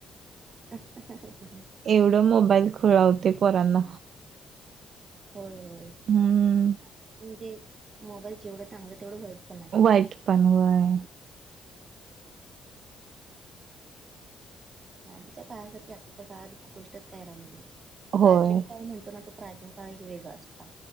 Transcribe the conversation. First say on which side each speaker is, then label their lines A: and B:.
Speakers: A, on the right; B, on the right.
A: <unintelligible>
B: एवढं मोबाईल खुळ लावतय पोरांना
A: होय, होय म्हणजे
B: हम्म
A: मोबाईल जेवढं चांगलं तेवढं वाईट पण आय
B: वाईट पण वय
A: आधीच्या काळासारखी आत्ताच्या काळात गोष्टच काय राहिली नाही
B: होय
A: प्राचीन काळ म्हणतो ना तो प्राचीन काळ एक वेगळाच होता